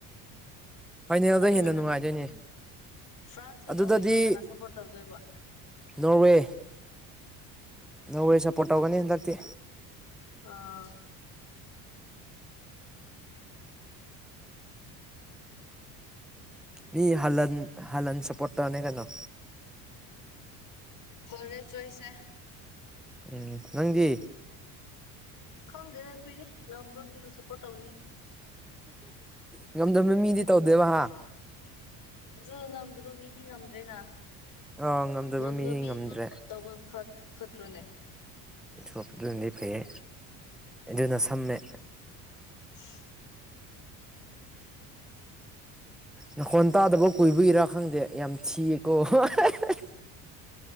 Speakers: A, in the centre; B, on the left.
A: ꯐꯥꯏꯅꯦꯜꯗ
B: ꯑꯗꯨꯗ
A: ꯍꯦꯟꯅ ꯅꯨꯡꯉꯥꯏꯗꯣꯏꯅꯦ
B: ꯀꯅꯥ ꯐ꯭ꯔꯥꯟꯁꯀ
A: ꯑꯗꯨꯗꯗꯤ
B: ꯅꯣꯔꯋꯦꯒꯤꯗꯣ ꯀꯅꯥ ꯁꯞꯄꯣꯔꯠ ꯇꯧꯗꯣꯏꯕ
A: ꯅꯣꯔꯋꯦ ꯅꯣꯔꯋꯦ ꯁꯞꯄꯣꯔꯠ ꯇꯧꯒꯅꯤ ꯍꯟꯗꯛꯇꯤ
B: ꯑꯥ
A: ꯃꯤ ꯍꯜꯍꯟ ꯍꯜꯍꯟ ꯁꯞꯄꯣꯔꯠ ꯇꯧꯔꯅꯦ ꯀꯩꯅꯣ
B: ꯐꯔꯦ ꯆꯣꯏꯁꯦ
A: ꯎꯝ ꯅꯪꯗꯤ
B: ꯈꯪꯗꯦꯗ ꯑꯩꯈꯣꯏꯗꯤ ꯉꯝꯕ ꯃꯤꯕꯨ ꯁꯞꯄꯣꯔꯠ ꯇꯧꯅꯤ
A: ꯉꯝꯗꯝꯃꯦ ꯃꯤꯗꯤ ꯇꯧꯗꯦꯕ ꯍꯥ
B: ꯑꯗꯨ ꯉꯝꯗꯕ ꯃꯤꯗꯤ ꯉꯝꯗ꯭ꯔꯦꯅ
A: ꯑꯥ ꯉꯝꯗꯕ
B: ꯉꯝꯕ
A: ꯃꯤ
B: ꯃꯤꯕꯨ
A: ꯉꯝꯗ꯭ꯔꯦ
B: ꯇꯧꯕ ꯍꯠ ꯐꯠꯇ꯭ꯔꯣꯅꯦ?
A: ꯁꯞ ꯗꯨꯅꯗꯤ ꯐꯩꯌꯦ ꯑꯗꯨꯅ ꯁꯝꯃꯦ꯫
B: <unintelligible>
A: ꯅꯥꯈꯣꯟ ꯇꯥꯗꯕ ꯀꯨꯏꯕꯒꯤꯔꯥ ꯈꯪꯗꯦ ꯌꯥꯝ ꯊꯤꯌꯦꯀꯣ <unintelligible>